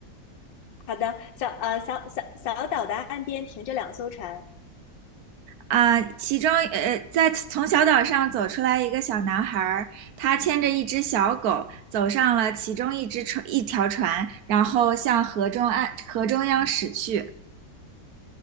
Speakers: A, on the left (about 80°); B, on the right (about 65°).
A: 好的，小呃小小小岛的岸边停着两艘船。
B: 啊，其中呃，在从小岛上走出来一个小男孩儿，他牵着一只小狗，走上了其中一只船，一条船，然后向河中岸河中央驶去。